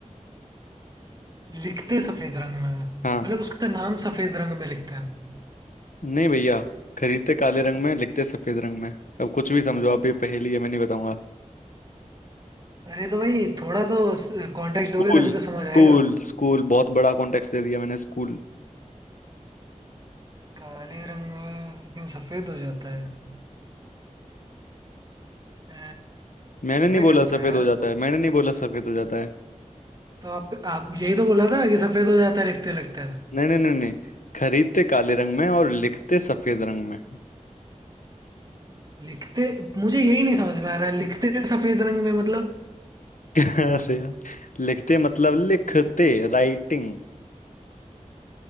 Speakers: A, on the right; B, on the left.
A: लिखते सफेद रंग में हैं।
B: हाँ
A: मतलब उसका नाम सफेद रंग में लिखते हैं
B: नहीं भैया खरीदते काले रंग में लिखते सफेद रंग में अब कुछ भी समझो आप ये पहेली है मैं नहीं बताऊंगा
A: अरे तो भाई थोड़ा तो कॉन्टेक्स्ट
B: स्कूल
A: दोगे तभी तो समझ
B: स्कूल
A: आएगा
B: स्कूल बहुत बड़ा कॉन्टेक्स्ट दे दिया मैंने स्कूल
A: काले रंग में लेकिन सफेद हो जाता है अ,
B: मैंने
A: ऐसा
B: नहीं बोला
A: क्या होता
B: सफेद
A: है यार
B: हो जाता है मैंने नहीं बोला सफेद हो जाता है
A: तो आप आप यही तो बोला था कि सफेद हो जाता है लिखते लिखते
B: नहीं नहीं नहीं नहीं खरीदते काले रंग में और लिखते सफेद रंग में <laughs>
A: लिखते मुझे यही नहीं समझ में आ रहा है लिखते सफेद रंग में मतलब
B: अरे यार लिखते मतलब लिखते राइटिंग